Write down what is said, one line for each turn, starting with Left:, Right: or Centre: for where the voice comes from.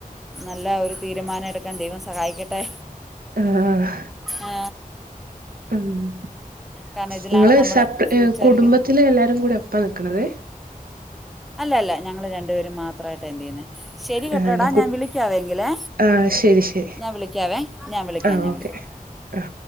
Centre: നല്ല ഒരു തീരുമാനം എടുക്കാൻ ദൈവം സഹായിക്കട്ടെ.
Right: ആഹ്
Centre: ആ
Right: മ്ഹ്
Centre: കാരണം ഇതിലാണ്
Right: നിങ്ങള്
Centre: നമ്മുടെ
Right: സപ്പ്
Centre: ഫ്യൂച്ചറിൽ
Right: ഏഹ് കുടുംബത്തില് എല്ലാരും കൂടി ഒപ്പാ നിക്കണത്
Centre: അല്ല അല്ല ഞങ്ങള് രണ്ടുപേരും മാത്രായിട്ടാ എന്ത് ചെയ്യുന്നേ ശരി കേട്ടോടാ
Right: ആഹ് അല്ല കു
Centre: ഞാൻ വിളിക്കാവേ എങ്കിലേ
Right: ആഹ് ശരി ശരി
Centre: ഞാൻ വിളിക്കാവേ ഞാൻ വിളിക്കാം
Right: ആഹ്
Centre: ഞാൻ
Right: ഓക്കെ
Centre: വിളിക്കാം
Right: ആഹ്